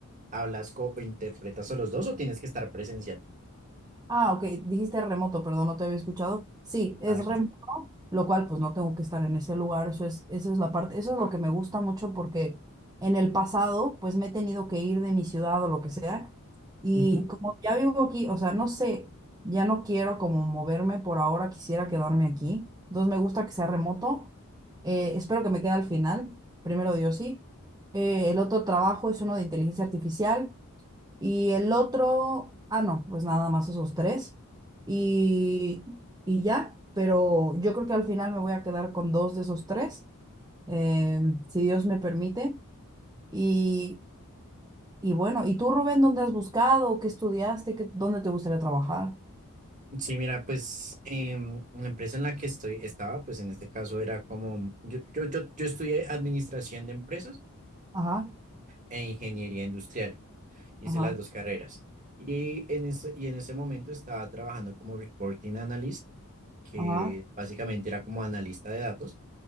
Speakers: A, on the right; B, on the right.
A: hablas co- o interpretas a los dos o tienes que estar presencial.
B: Ah, ok, dijiste remoto, perdón, no te había escuchado. Sí, es
A: Ah, ok.
B: remoto, lo cual pues no tengo que estar en ese lugar, eso es, esa es la parte, eso es lo que me gusta mucho porque en el pasado pues me he tenido que ir de mi ciudad o lo que sea y
A: Ujú.
B: como ya vivo aquí, o sea, no sé, ya no quiero como moverme por ahora, quisiera quedarme aquí, entonces me gusta que sea remoto, eh, espero que me quede al final, primero Dios sí. Eh, el otro trabajo es uno de inteligencia artificial y el otro, ah, no, pues nada más esos tres. Y, y ya, pero yo creo que al final me voy a quedar con dos de esos tres, eh, si Dios me permite. Y, y bueno, ¿y tú, Rubén, dónde has buscado? ¿Qué estudiaste? ¿Qué, dónde te gustaría trabajar?
A: Sí, mira, pues em, en la empresa en la que estoy estaba, pues en este caso era como, yo, yo, yo, yo estudié administración de empresas
B: Ajá,
A: e ingeniería industrial, hice
B: ajá,
A: las dos carreras. Y en ese, y en ese momento estaba trabajando como reporting analyst, que
B: ajá,
A: básicamente era como analista de datos.